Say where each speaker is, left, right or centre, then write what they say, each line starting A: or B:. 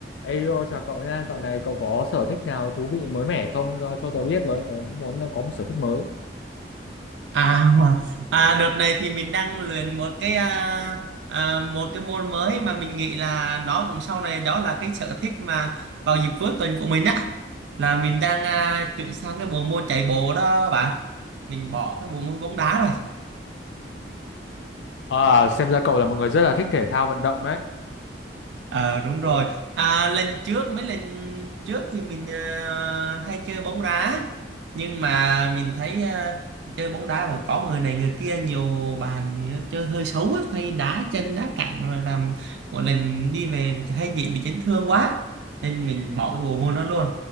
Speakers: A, on the left (about 75°); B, on the right (about 75°).
A: Ê, yo, chào cậu nha, dạo này cậu có sở thích nào thú vị mới mẻ không cho, cho tớ biết với, tớ cũng muốn là có một sở thích mới.
B: À, à đợt này thì mình đang luyện một cái à, à, một cái môn mới mà mình nghĩ là nó cũng sau này đó là cái sở thích mà vào dịp cuối tuần của mình á là mình đang à, chuyển sang cái bộ môn chạy bộ đó bạn mình bỏ cái bộ môn bóng đá rồi
A: À, xem ra cậu là một người rất là thích thể thao vận động đấy.
B: Ờ đúng
A: Ờ,
B: rồi. À, lần trước mấy lần trước thì mình à, hay chơi bóng đá nhưng mà mình thấy à, chơi bóng đá cũng có người này người kia nhiều bàn chơi hơi xấu á, hay đá chân đá cẳng rồi làm một lần đi về hay bị bị chấn thương quá nên mình bỏ cái bộ môn đó luôn.